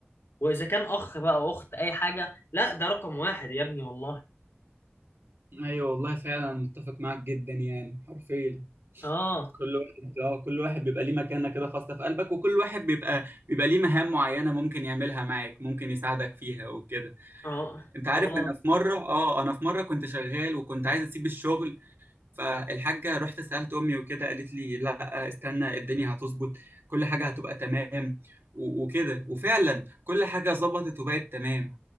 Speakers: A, on the left (about 75°); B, on the right (about 65°).
A: واذا كان اخ بقى أو اخت اي حاجه لا ده رقم واحد يا ابني والله
B: ايوه والله فعلا انا متفق معاك جدا يعني حرفيا
A: اه
B: كل واحد اه كل واحد بيبقى ليه مكانه كده خاصة في قلبك وكل واحد بيبقى بيبقى ليه مهام معينة ممكن يعملها معاك ممكن يساعدك فيها وكده
A: اه
B: انت عارف
A: اه
B: انا في مرة اه انا في مرة كنت شغال وكنت عايز اسيب الشغل فالحاجة رحت سألت أمي وكده قالت لي لا استنى الدنيا هتظبط كل حاجة هتبقى تمام و- وكده وفعلا كل حاجة ظبطت وبقت تمام